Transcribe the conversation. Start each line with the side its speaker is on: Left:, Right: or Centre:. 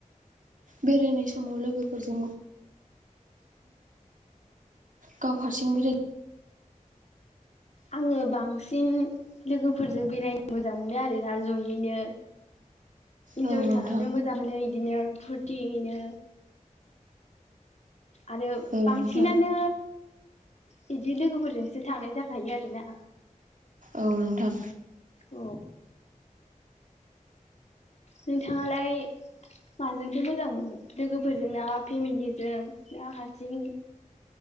Right: बेरायनाय समाव लोगोफोरजों गाव हारसिं बेरायो
Left: आङो बांसिन लोगोफोरजों बेरायनो मोजां मोनो आरोना जयैनो इन्जय
Right: औ नोंथां
Left: खालामनो मोजां मोनो इदिनो फुरथियैनो आरो
Right: औ नोंथां
Left: बांसिनानो बिदि लोगोफोरजोंसो थांनाय जाखायो आरोना
Right: औ नोंथां
Left: औ नोंथाङालाय माजोंथो मोजां मोनो लोगोफोरजों ना फेमिलिजों ना हारसिं